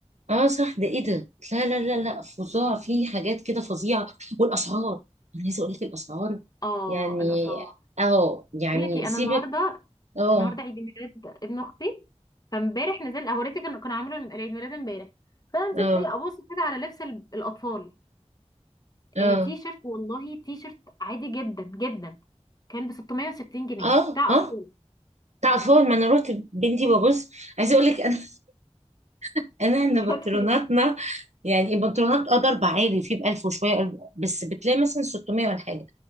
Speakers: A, on the right; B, on the left.
A: اه صح ده ايه ده لا لا لا لا فظاع في حاجات كده فظيعة والأسعار أنا عايزة أقول لك الأسعار
B: اه
A: يعني
B: الاسعار
A: أهو يعني
B: بقول لك ايه
A: سيبك
B: انا النهارده
A: اه
B: النهارده عيد ميلاد ابن اختي فامبارح نزلت هوريتك كان كان عامله عيد ميلاد امبارح فنزلت
A: اه
B: ايه ابص كده على لبس ال- الاطفال
A: اه
B: آه، تي شيرت والله تي شيرت عادي جدا جدا كان ب 660 جنيه
A: اه
B: بتاع
A: اه
B: اطفال
A: تعرفون ما انا رحت بنتي ببص عايزه اقول لك انا <laughs> انا
B: <laughs>
A: احنا
B: بجد.
A: بنطلوناتنا يعني البنطلونات اه ضرب عالي فيه ب 1000 وشويه قلب- بس بتلاقي مثلا 600 ولا حاجه